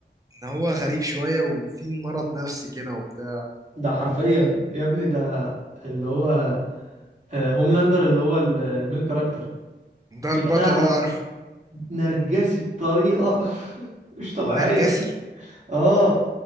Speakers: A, on the right; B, on the right.
A: ان هو غريب شويه وفي مرض نفسي كده وبتاع
B: ده حرفيا يا ابني ده اللي هو آه، هوملاندر اللي هو ال- المين كاركتر
A: ده البطل
B: يا لهوي
A: اه عارف
B: نرجسي بطريقة <laughs> مش طبيعية
A: نرجسي
B: اه